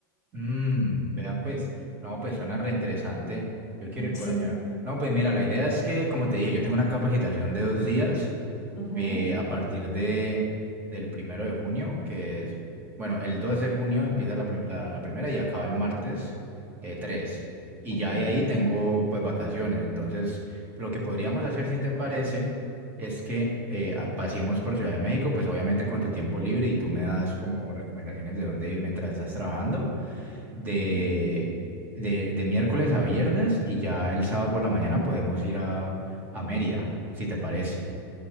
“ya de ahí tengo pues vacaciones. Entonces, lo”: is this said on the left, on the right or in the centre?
Right